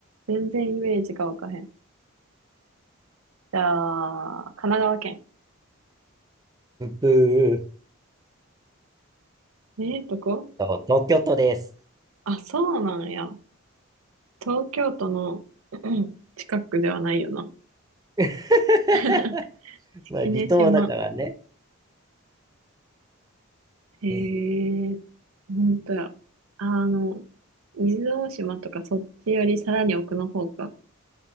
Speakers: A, on the right (about 80°); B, on the right (about 15°).
A: 全然イメージがわかへん。じゃあ、神奈川県。
B: ブー。
A: ええこ
B: そう東京都です。
A: あ、そうなんや。東京都のうん近くではないよな。
B: <laughs>
A: <laughs> 式根島。
B: まあ、離島だからね。
A: へ
B: え、
A: え、ほんとや。あの、伊豆大島とかそっちよりさらに奥の方か。